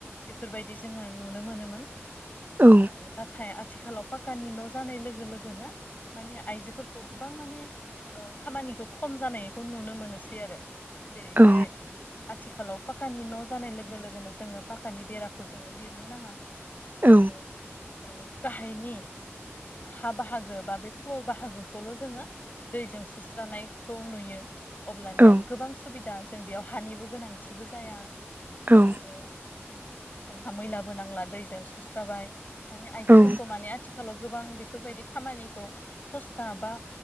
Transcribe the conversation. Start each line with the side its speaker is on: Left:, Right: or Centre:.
Left: बेफोरबायदि जोङो नुनो मोनोमोन।
Right: औ
Left: आरो नाथाय आथिखालाव पाक्कानि न' जानाय लोगो लोगोनो माने आइजोफोरखौ गोबां माने खामानिखौ खम जानायखौ नुनो मोनोसै आरो जेरैहाय
Right: औ
Left: आथिखालाव पाखानि न' जानाय लोगो लोगोनो जोङो पाखानि बेराखौ जोङो लिरनो नाङा।
Right: औ
Left: जोङो ओ गाहायनि हा बाहागो बा बे फ्लर बाहागोखौल' जोङो दैजों सुस्रानायखौ नुयो। अब्लानिया
Right: औ
Left: गोबां सुबिदा जों बेयाव हानिबो गोनांथिबो जाया। आरो
Right: औ
Left: जोंहा मैलाबो नांला दैजों सुस्राबाय माने आइजोफोरखौ
Right: औ
Left: माने आथिखालाव गोबां बेफोरबायदि खामानिखौ सस्था बा